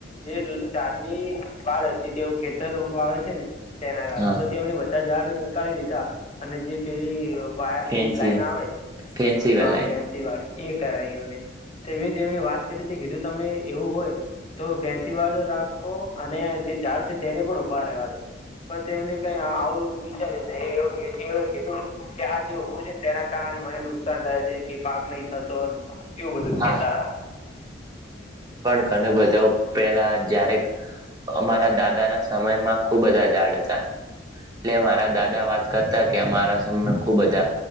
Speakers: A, on the left; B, on the right.
A: જે ઝાડની વાળ હતી તેઓ ખેતર વાવે છે ને તેના કારણે
B: હા
A: તો તેમને બધા ઝાડ નીકાળી દીધા અને જે પેલી વાયરની
B: ફેન્સી
A: લાઈન આવે
B: ફેન્સી
A: હા
B: વેલાઈન
A: ફેન્સી વાડ એ કરાય એમને તે મેં તેમને વાત કરીતી કીધું તમે એવું હોય તો ફેન્સી વાળો રાખો અને જે ઝાડ છે તેને પણ ઉભા રહેેવા દો. તો તેમને કઈ આવું વિચારી તે એવું કીધું કે આ જે ઉભું છે ને તેના કારણે મને નુક નુકસાન થાય છે કે પાક નહી થતો એવું બધું કેતા
B: હા
A: હતા
B: ઘણ બધું પેલા જારે અમારા દાદા ના સમયમાં ખુબ બધા ઝાડ હતા એટલે મારા દાદા વાત કરતા કે અમારા સમ ખુબ બધા